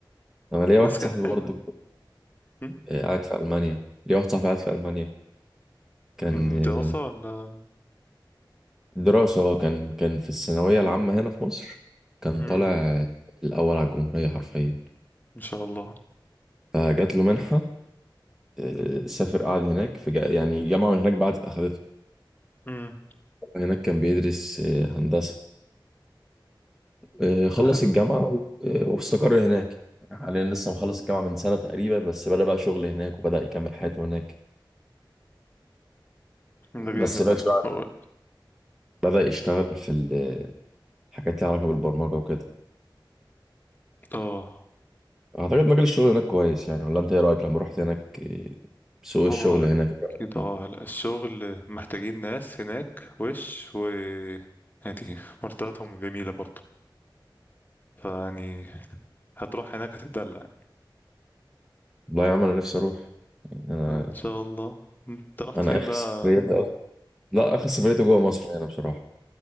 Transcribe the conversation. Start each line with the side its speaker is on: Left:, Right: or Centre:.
Centre: أنا ليا
Left: بس
Centre: واحد
Left: كانت
Centre: صاحبي
Left: حلوه
Centre: برضه
Left: يعني م?
Centre: آه، قاعد في ألمانيا ليا واحد صاحبي قاعد في ألمانيا كان
Left: م،
Centre: آه،
Left: دراسه ولا
Centre: دراسة هو كان كان في الثانوية العامة هنا في مصر كان
Left: م،
Centre: طالع الأول على الجمهورية حرفيا
Left: ان شاء الله
Centre: فجات له منحة آه، سافر قعد هناك في جا- يعني جامعة من هناك بعد أخدته
Left: م،
Centre: هناك كان بيدرس آه، هندسة آه، خلص
Left: ده حلو
Centre: الجامعة و- آه، واستقر هناك يعني حاليا لسه مخلص الجامعة من سنة تقريبا بس بدأ بقى شغل هناك وبدأ يكمل حياته هناك
Left: يعني. ده جامد
Centre: بس بعد
Left: ده
Centre: شوية
Left: هو
Centre: بدأ يشتغل في ال- حاجات ليها علاقة بالبرمجة وكده
Left: اه
Centre: أعتقد مجال الشغل هناك كويس يعني ولا أنت إيه رأيك لما رحت هناك آه، سوق الشغل
Left: هو
Centre: هناك إيه رأيك
Left: اكيد
Centre: فيه؟
Left: اه لا، الشغل محتاجين ناس هناك وش و يعني مرتباتهم جميله برضه فيعني هتروح هناك هتتدلع
Centre: والله يا عم أنا نفسي أروح يعني أنا
Left: ان شاء الله م. انت رحت
Centre: أنا
Left: فين
Centre: آخر
Left: بقى
Centre: سفريتي أصلاً- <laughs> لا آخر سفريتي
Left: م.
Centre: جوه مصر هنا بصراحة